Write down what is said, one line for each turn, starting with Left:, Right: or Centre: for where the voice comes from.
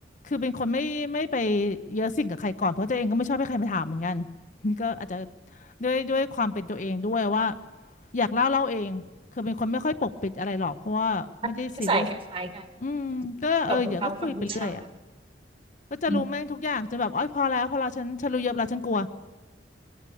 Left: คือเป็นคนไม่ไม่ไปเยอะสิ่งกับใครก่อนเพราะตัวเองก็ไม่ชอบให้ใครมาถามเหมือนกันนี่ก็อาจจะด้วยด้วยความเป็นตัวเองด้วยว่าอยากเล่าเล่าเองคือเป็นคนไม่ค่อยปกปิดอะไรหรอกเพราะว่าไม่ได้ซีเรียส
Right: อันนี้ใส่คล้ายๆกัน
Left: อืมก็เออเดี๋ยวก็คุยไปเรื่อยอะ
Right: กับทางฝั่งผู้ชาย
Left: ก็จะรู้แม่งทุกอย่างจนแบบอ้อยพอแล้วพอแล้วฉันฉันรู้เยอะแล้วฉันกลัว
Right: อืม